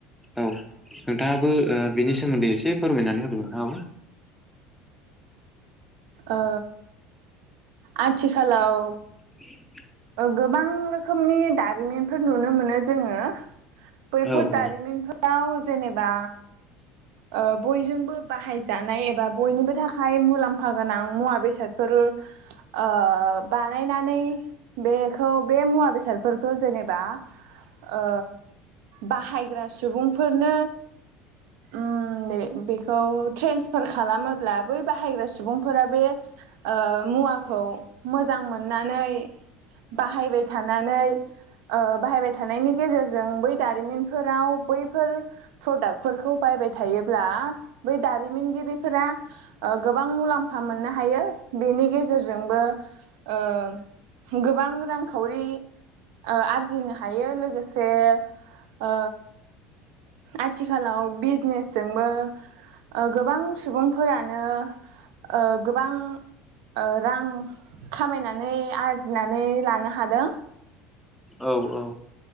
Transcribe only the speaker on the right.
ओ आथिखालाव
गोबां रोखोमनि दारिमिनफोर नुनो मोनो जोङो। बैफोर
दारिमिनफोराव जेनेबा ओ बयजोंबो बाहायजानाय एबा बयनिबो थाखाय मुलाम्फा गोनां मुवा बेसादफोर ओ बानायनानै बेखौ बे मुवा बेसादफोरखौ जेनेबा ओ बाहायग्रा सुबुंफोरनो उम बेखौ ट्रेन्सफार खालामोब्ला बै बाहायग्रा सुबुंफोरा बे ओ मुवाखौ मोजां मोननानै बाहायबाय थानानै ओ बाहायबाय थानायनि गेजेरजों बै दारिमिनफोराव बैफोर प्रदाक्टफोरखौ बायबाय थायोब्ला बै दारिमिनगिरिफोरा ओ गोबां मुलाम्फा मोननो हायो बेनि गेजेरजोंबो ओ गोबां रांखावरि ओ आरजिनो हायो लोगोसे ओ आथिखालाव बिजनेसजोंबो ओ गोबां सुबुं फोरानो ओ गोबां ओ रां खामायनानै आर जिनानै लानो हादों।